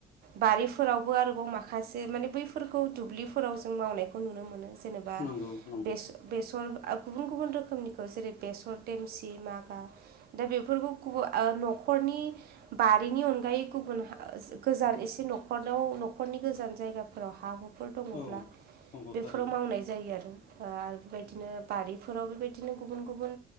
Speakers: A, on the right; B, on the left.
A: बारिफोरावबो आरोबाव माखासे माने बै। फोरफोरखौ दुब्लिफोराव जों मावनायखौ नुनो मोनो जेनेबा
B: नंगौ नंगौ
A: बेस बेसर। गुबुन गुबुन रोखोमनिखौ जेरै बेसर देमसि मागा दा बेफोरखौ। बो आ न'खरनि बारिनि अनगायै गुबुन गोजान एसे न। खरआव न'खरनि गोजान जायगाफोराव हा हुफोर दङब्ला
B: औ नंगौ
A: बेफोराव
B: थारैनो
A: मावनाय जायो आरो। आरो बेबायदिनो बारिफोराव बेबायदिनो गुबुन गुबुन